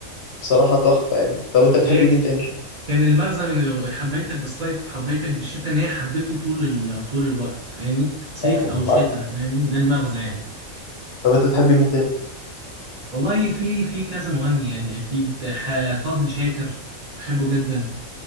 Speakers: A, on the left (about 60°); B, on the right (about 55°).
A: بصراحة تحفة يعني طب أنت بتحبي
B: هي ك...
A: مين تاني؟
B: كان المغزى من ال- حبيتك بالصيف وحبيتك بالشتاء ان هي حبيته طول ال... طول الوقت فاهمني صيف
A: آه،
B: او شتاء فاهمني ده المغزى يعني
A: طب أنت بتحبي مين تاني؟
B: والله في في كذا مغني يعني اكيد ح... فضل شاكر بحبه جدا